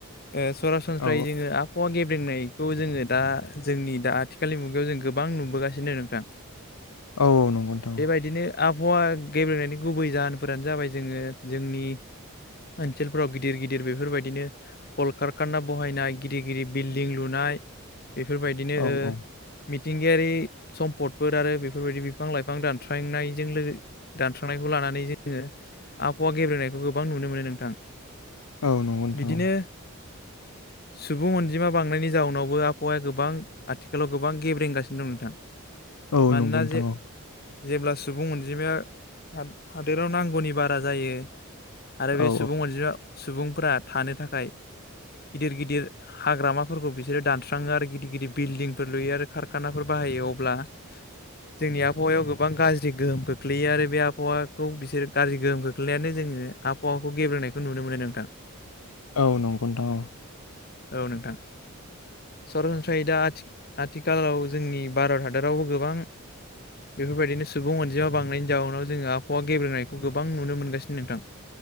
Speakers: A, on the left (about 45°); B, on the left (about 85°).
A: ओ सरासनस्रायै
B: औ
A: जोंङो आबहावा गेब्रेनायखौ जोङो दा जोंनि दा आथिखालनि मुगायाव जों गोबां नुबोगासिनो नोंथां।
B: औ औ नंगौ नोंथां
A: बेबायदिनो आबहावा गेब्लेनायनि गुबै जाहोनफोरानो जाबाय जोंङो जोंनि ओसोलफ्राव गिदिर गि गिदिर बेफोरबायदिनो कल कारखाना बहायनाय गिदिर गिदिर बिल्डिं लुनाय बेफोरबायदिनो
B: औ
A: ओ
B: औ
A: मिथिंगायारि सम्पदफोर आरो बेफोरबायदि बिफां लाइफां दानस्रांनायजों लोगो दानस्रांनायखौ लानानै नानै जोङो आबहावा गेब्रेनायखौ गोबां नुनो मोनो नोंथां।
B: औ नंगौ नोंथां
A: बिदिनो
B: औ।
A: सुबुं अनजिमा बांनायनि जाउनावबो आबहावाया गोबां आथिखालाव गोबां गेब रेंगासिनो दं नोंथां।
B: औ
A: मानोना
B: नंगौ नोंथां
A: जे
B: औ।
A: जेब्ला सुबुं अनजिमाया हादोराव नांगौनि बारा जायो आरो बे
B: औ
A: सुबुं अनजिमा सुबुंफोरा थानो थाखाय गिदिर गिदिर हाग्रामाफोरखौ बिसोरो दानस्राङो आरो गिदिर गिदिर बिल्डिंफोर लुयो आरो कारखानाफोर बानायो <unintelligible> अब्ला जोंनि आबहावायाव गोबां गाज्रि गोहोम खोख्लैयो आरो बे आबहावाखौ बिसोर गाज्रि गोहोम खोख्लैनायानो जोंनि आबहावाखौ गेब्रेनायखौ नुनो मोनो नोंथां
B: औ नंगौथां औ।
A: औ नोंथां सरासनस्राहैदा आथिखालाव जोंनि भारत हादरावबो गोबां बेफोरबायदिनोस सुबुं अनजिमा बांनायनि जाउनाव जोङो आबहावा गेबेनायखौ गोबां नुनो मोनगासिनो नोंथां